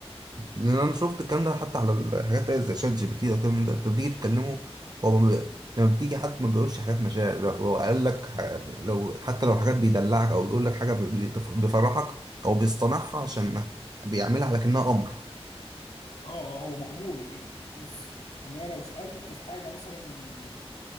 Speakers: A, on the right; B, on the left.
A: لان انا شفت الكلام ده حتى على الحاجات اللي هي زي شات جي بي تي ده والكلام ده انت بتيجي تتكلمه هو ما بي... لما بتيجي حد ما بيقولش حاجات مشاعر لو هو قال لك ح... لو حتى لو حاجات بيدلعك او بيقول لك حاجه بيتف- بيفرحك او بيصطنعها عشان بيعملها على كأنها امر
B: اه آه، هو مأمور بكده بس انما لو سألته في حاجة مثلا